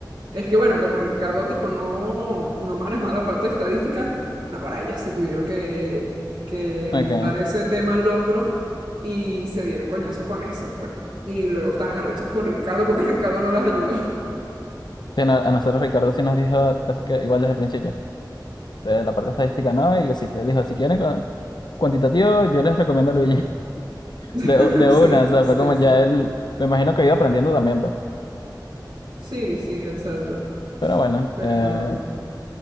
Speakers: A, on the right (about 75°); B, on the left (about 65°).
A: es que, bueno, como Ricardo tipo no, no manejaba la parte de estadística, no, para ellas se tuvieron que, que
B: Ok.
A: montar ese tema al hombro y se dieron coñazo con eso, pues. Y luego estaban arrechas con Ricardo porque <laughs> Ricardo no las ayudó.
B: Sí, no- a nosotros Ricardo sí nos dijo casi que igual desde el principio, de la parte estadística no, y así que dijo, si quieren cu- cuantitativo, yo les recomiendo a Luigi, <laughs>
A: <laughs>
B: de, u- de
A: Sí,
B: una, o sea,
A: sí,
B: fue como ya
A: sí.
B: él, me imagino que ha ido aprendiendo también, pues.
A: Sí, sí, exacto.
B: Pero bueno,
A: Pero,
B: eh,